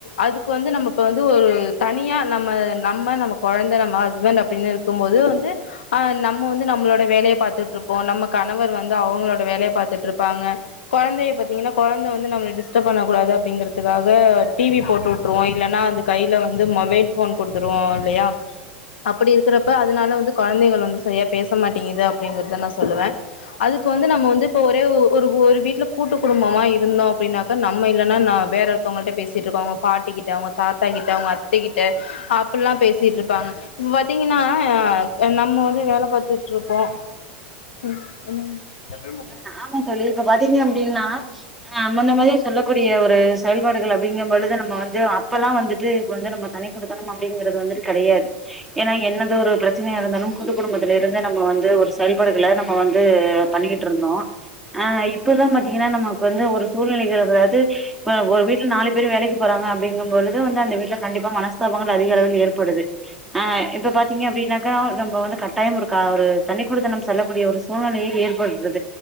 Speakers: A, on the left (about 75°); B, in the centre.
A: அதுக்கு வந்து நம்ம இப்ப வந்து ஒரு தனியா நம்ம நம்ம நம்ம கொழந்த நம்ம ஹஸ்பண்ட் அப்டின்னு இருக்கு க்கும் போது வந்து ஆ நம்ம வந்து நம்ளோட வேலைய பாத்துட்ருப்போ நம்ம கணவர் வந்து அவுங்களோட வேலைய பாத்துட்ருப்பாங்க கொழந்தைய பாத்தீங்கென்னா கொழந்த வந்து நம்மல டிஸ்டர்ப் பண்ணக்கூடாது அப்டிங்கிறதுக்காக டிவி போட்டுவுட் ட்ருவோ இல்லேன்னா வந்து கையில வந்து மொபைல் ஃபோன் குடுத்துருவோ இல்லையா அப்புடி இருக்குறப்ப அதுனால வந்து கொழந்தைகள் வந்து சரியா பேசமாட்டேங்கிது அப்டிங்கிறத நா சொல்லுவே அதுக்கு வந்து நம்ம வந்து இப்ப ஒரே ஒ ஒரு ஒரு வீட்டுல கூட்டு குடும்பமா இருந்தோ அப்டின்னாக்க நம்ம இல்லன்னா நா வேற மத்தவுங்கள்ட்ட பேசிட்ருக்கோ அவுங்க பாட்டிகிட்ட அவுங்க தாத்தா கிட்ட அவுங்க அத்தைகிட்ட அப்புல்லா பேசிட்ருப்பாங்க இப்ப பாத்தீங்கென்னா நம்ம வந்து வேல பாத்துட்ருப்போ <unintelligible>
B: அ ஆமா தோழி இப்ப பாத்தீங்க அப்டின்னா ஆ முன்ன மாரியே சொல்லக்கூடிய ஒரு செயல்பாடுகள் அப்டிங்கம் பொழுதுதா நம்ம வந்து இப்பல்லா வந்துட்டு இப்ப வந்து நம்ம தனி குடுத்தனம் அப்டிங்கிறது வந்துட்டு கெடையாது ஏன்னா என்னத ஒரு ப்ரச்சனையா இருந்தாலும் கூட்டு குடும்பத்துல இருந்து நம்ம வந்து ஒரு செயல்பாடுகள நம்ம வந்து பண்ணிக்கிட் ட்ருந்தோ ஆ இப்பதா பாத்தீங்கன்னா நமக்கு வந்து ஒரு சூழ்நிலைகள் அதாவது இப்ப ஒரு வீட்டுல நாலு பேரு வேலைக்கி போறாங்க அப்டிங்கும் பொழுது வந்து அந்த வீட்ல கண்டிப்பா மனஸ்தாபங்கள் அதிக அளவில் ஏற்படுது ஆ இப்ப பாத்தீங்க அப்டின்னாக்கா நம்ம வந்து கட்டாயம் இருக்கா ஒரு தனிக்குடுத்தனம் நம்ம செல்லக்கூடிய ஒரு சூழ்நிலையு ஏற்படுது